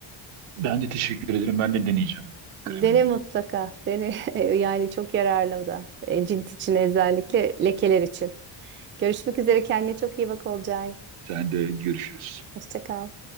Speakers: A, on the right; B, on the right.
A: Ben de teşekkür ederim. Ben de deneyeceğim kremini.
B: Dene mutlaka. Dene <laughs> yani çok yararlı o da. E, cilt için özellikle lekeler için. Görüşmek üzere kendine çok iyi bak Olcay.
A: Sen de görüşürüz.
B: Hoşça kal.